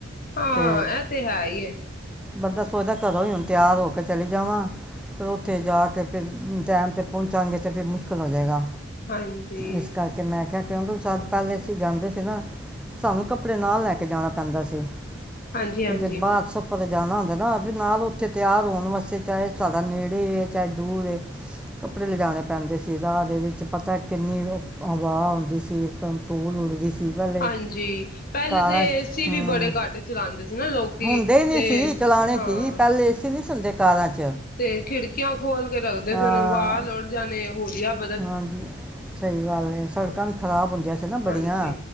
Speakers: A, on the left (about 40°); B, in the centre.
A: ਹਾਂ
B: ਤੇ
A: ਇਹ ਤੇ ਹੈ ਹੀ ਹੈ
B: ਬੰਦਾ ਸੋਚਦਾ ਘਰੋ ਹੀ ਹੁਣ ਤਿਆਰ ਹੋ ਕੇ, ਚਲੇ, ਜਾਵਾਂ ਫਿਰ ਉੱਥੇ ਜਾ ਕੇ ਫਿਰ ਟਾਈਮ ਤੇ ਪਹੁੰਚਾਂਗੇ ਤਾਂ ਫਿਰ ਮੁਸ਼ਕਿਲ ਹੋ ਜਾਵੇਗਾ।
A: ਹਾਂਜੀ
B: ਇਸ ਕਰਕੇ ਮੈਂ ਕਿਹਾ, ਕਿਉਂਕਿ ਸੱਦ ਪਹਿਲੇ ਅਸੀਂ ਜਾਂਦੇ ਸੀ ਨਾ ਸਾਨੂੰ ਕੱਪੜੇ ਨਾਲ ਲੈ ਕੇ ਜਾਣਾ। ਜਾਂਦਾ ਸੀ।
A: ਹਾਂਜੀ ਹਾਂਜੀ
B: ਕਿਤੇ ਬਾਹਰ ਸਫ਼ਰ ਤੇ ਜਾਣਾ ਹੁੰਦਾ। ਨਾਲ ਉੱਥੇ ਤਿਆਰ ਹੋਣ ਵਾਸਤੇ ਚਾਹੇ ਸਾਡਾ ਨੇੜੇ ਚਾਹੇ ਦੂਰ ਏ ਕੱਪੜੇ ਲਿਜਾਉਣੇ ਪੈਂਦੇ ਸੀ ਰਾਹ ਵਿੱਚ ਪਤਾ ਕਿੰਨੀ ਹਵਾ ਆਉਂਦੀ ਸੀ। ਤੂਲ ਉੱਡਦੀ ਸੀ। ਪਹਿਲੇ
A: ਹਾਂਜੀ! ਪਹਿਲੇ
B: ਕਾਰਾਂ
A: ਤੇ
B: 'ਚ
A: ਇਸ ਟੀਵੀ
B: ਹੂੰ
A: ਵੀ ਬੜੇ ਘੱਟ ਚਲਾਉਂਦੇ ਸੀ, ਨਾ ਲੋਕੀ
B: ਹੁੰਦੇ ਹੀ ਨਹੀਂ
A: ਤੇ
B: ਸੀ ਚਲਾਣੇ
A: ਹਾਂ।
B: ਕੀ ਪਹਿਲੇ ਏਸੀ ਨਹੀਂ ਸੁਣਦੇ ਕਾਰਾਂ 'ਚ
A: ਤੇ ਖਿੜਕੀਆਂ ਖੋਲ ਕੇ ਰੱਖਦੇ
B: ਹਾਂ
A: ਸਨ ਵਾਲ ਉੜ ਜਾਣੇ ਹੁਲਿਆ ਵਿਗੜ
B: ਹਾਂਜੀ ਸਹੀ ਗੱਲ ਹੈ। ਸੜਕਾਂ ਵੀ ਖਰਾਬ ਹੁੰਦੀਆਂ ਸੀ। ਨਾ
A: ਹਾਂਜੀ
B: ਬੜੀਆਂ